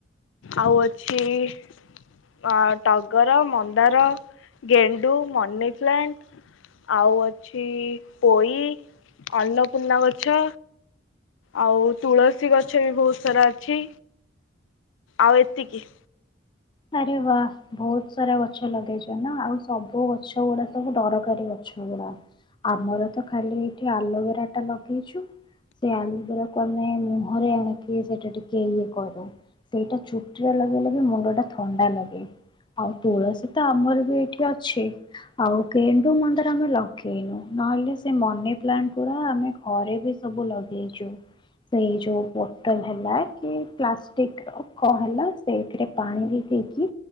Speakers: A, on the left; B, on the left.
A: ଆଉ ଅଛି ଅ, ଟଗର, ମନ୍ଦାର, ଗେଣ୍ଡୁ, ମନିପ୍ଲାଣ୍ଟ ଆଉ ଅଛି ପୋଇ ଅନପୂର୍ଣ୍ଣା ଗଛ ଆଉ ତୁଳସୀ ଗଛ ବି ବହୁତ ସାରା ଅଛି। ଆଉ ଏତିକି।
B: ଆରେ ବା ବହୁତ ସାରା ଗଛ ଲଗେଇଚ ନା, ଆଉ ସବୁ ଗଛ ଗୁଡା ସବୁ ଡରକାରୀ ଗଛ ଗୁଡା, ଆମର ତ ଖାଲି ଏଇଠି ଆଲୋବେରା ଟା ଲଗେଇଛୁ ସେ ଆଲୋବେରାକୁୁ ଆମେ ମୁହଁରେ ଆଣିକି ସେଟା ଟିକେ ଇଏ କରୁ, ସେଇଟା ଚୁଟିରେ ଲଗେଇଲେ ବି ମୁଣ୍ଡ ଟା ଥଣ୍ଡା ଲାଗେ ଆଉ ତୁଳସୀ ତ ଆମର ବି ଏଇଠି ଅଛି ଆଉ ଗେଣ୍ଡୁ, ମନ୍ଦାର ଆମେ ଲଗେଇନୁ, ନହେଲେ ସେ ମନି ପ୍ଲାଣ୍ଟ ଗୁଡା ଆମେ ଘରେ ବି ସବୁ ଲଗେଇଚୁ, ସେଇ ଯୋଉ ବୋଟଲ ହେଲା କି ପ୍ଲାଷ୍ଟିକ ର କ- ହେଲା ସେଇଥିରେ ପାଣି ବି ଦେଇକି